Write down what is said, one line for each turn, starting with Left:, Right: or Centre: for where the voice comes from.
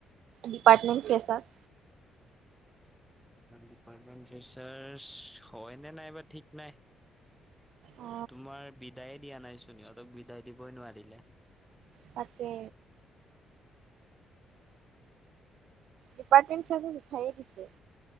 Right: ডিপাৰ্টমেট ফেছউবাচ।
Centre: ডিপাৰ্টমেণ্ট ফিচাৰ হয় নে নাইবা ঠিক নাই।
Right: অ
Centre: তোমাৰ বিদায়ে দিয়া নাই চোন সিহঁতক বিদায় দিবই নোৱাৰিলে।
Right: তাকে ডিপাৰ্টমেণ্ট ফে উঠাইে দিছে